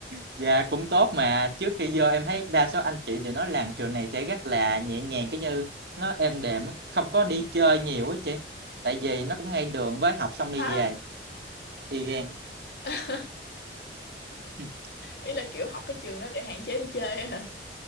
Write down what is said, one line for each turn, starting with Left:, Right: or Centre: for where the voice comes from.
Right: dạ cũng tốt mà trước khi vô em thấy đa số anh chị đều nói làm trường này sẽ rất là nhẹ nhàng cái như nó êm đềm á, không có đi chơi nhiều á chị tại vì nó cũng ngay đường với học xong đi
Left: hả
Right: về y gan
Left: <laughs>
Right: <laughs>
Left: ý là kiểu học cái trường đó để hạn chế đi chơi á hả